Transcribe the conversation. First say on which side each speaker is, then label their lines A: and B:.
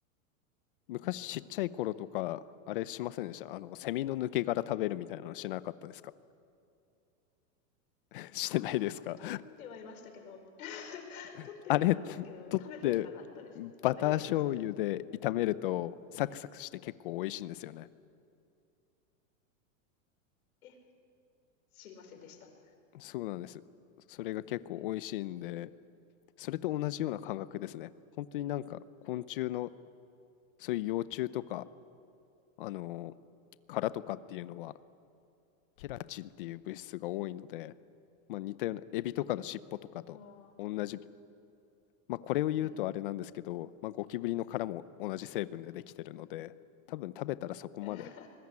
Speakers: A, on the left; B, on the left.
A: 昔ちっちゃい頃とか、
B: おー
A: あれしませんでしたあの、セミの抜け殻食べるみたいなのしなかったですか <laughs> してないですか
B: ああ、取ってはいましたけど、<laughs>
A: <laughs>
B: 取ってはいたんですけど、
A: あれ、取って
B: 食べてはなかったです。
A: バター醤油で炒めるとサクサクして結構美味しいんですよね。
B: 食べれるんですね。え、知りませんでした。
A: そうなんです。それが結構美味しいんで、
B: え
A: それと同じような感覚ですね。本当になんか昆虫の
B: え
A: そういう幼虫とか、あのー殻とかっていうのはケラチンっていう物質が多いので、まあ、似たようなエビとかの尻尾とかと同じ、
B: ー、あ
A: まあ、これを言うとあれなんですけど、
B: あ、はい。
A: まあ、ゴキブリの殻も同じ成分でできてるので多分食べたらそこまで
B: うん。<laughs>